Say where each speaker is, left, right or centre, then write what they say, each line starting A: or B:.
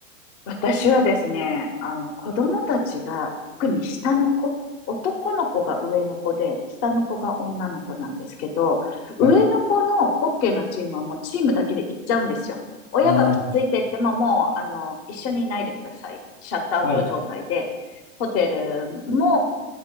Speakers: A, on the left; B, on the left.
A: 私はですね、あの、子供たちが、特に下の子、男の子が上の子で、下の子が女の子なんですけど、上の子のホッケーのチームはもうチームだけで行っちゃうんですよ。
B: はい。
A: 親がくっついてってももう、
B: あー、
A: あの、一緒にいないでください。シャットアウト状態で、
B: はい。
A: ホテルも